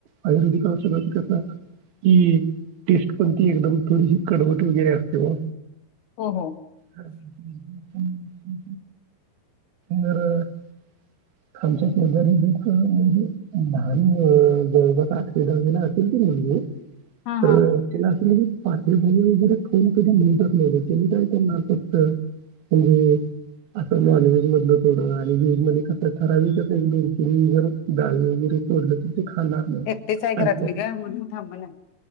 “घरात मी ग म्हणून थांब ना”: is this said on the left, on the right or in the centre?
Left